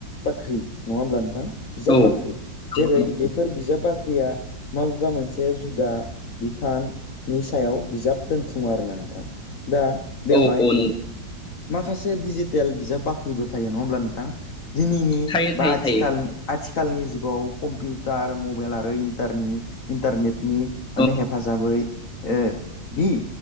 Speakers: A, on the left; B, in the centre.
A: बाख्रि नङा होमब्ला नोंथां। बिजाब
B: औ
A: बाख्रि जेरै
B: नंगौ
A: बेफोर बिजाब बाख्रि। फाख्रिया माबेबा मोनसे जुदा बिफाननि सायाव बिजाब दोनथुमो आरोना नोंथां। दा बेवहाय
B: औ औ नंगौ
A: माखासे दिडिजिटेल बिजाब बाख्रिबो थायो नङा होमब्ला नोंथां। दिनैनि
B: थायो थायो
A: बा आथिखालनि
B: थायो
A: आथिखालनि जुगाव कम्पिउटार मबाइल आरो इन्टारनेट। इन्टारनेट नि माने
B: औ
A: हेफाजाबै ए बि